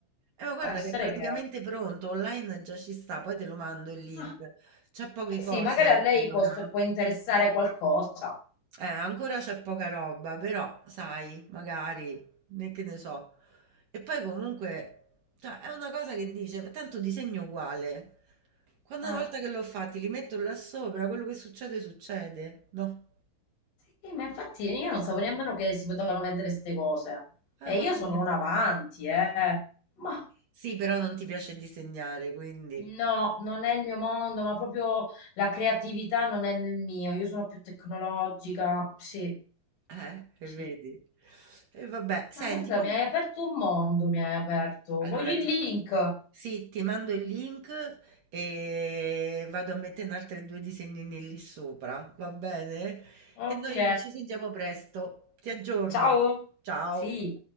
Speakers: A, on the right; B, on the left.
A: Eh, ma guarda
B: Può essere
A: che è praticamente
B: che...
A: pronto, online già ci sta, poi te lo mando il link.
B: Ah,
A: C'è poche
B: eh sì,
A: cose
B: magari
A: ancora.
B: a lei può può interessare qualcosa.
A: Eh, ancora c'è poca roba, però sai, magari, né che ne so. E poi comunque, cioè, è una cosa che dice, tanto disegno uguale. Quando
B: Eh.
A: una volta che l'ho fatti, li metto là sopra, quello che succede, succede, no?
B: Sì, ma infatti io non sapevo nemmeno che si potevano vendere queste cose.
A: Ah,
B: E
A: voglia.
B: io sono una avanti, eh. Ma
A: Sì, però non ti piace disegnare, quindi...
B: no, non è il mio mondo, ma proprio la creatività non è nel mio. Io sono più tecnologica. Sì,
A: Eh, e
B: sì.
A: vedi? E vabbè, senti,
B: Ma guarda,
A: mo
B: mi hai aperto un mondo, mi hai aperto.
A: Allora,
B: Voglio il
A: ti-
B: link.
A: sì, ti mando il link e vado a mettere altri due disegnini lì sopra, va bene?
B: Ok,
A: E noi ci sentiamo presto. Ti aggiorno.
B: ciao.
A: Ciao.
B: Sì.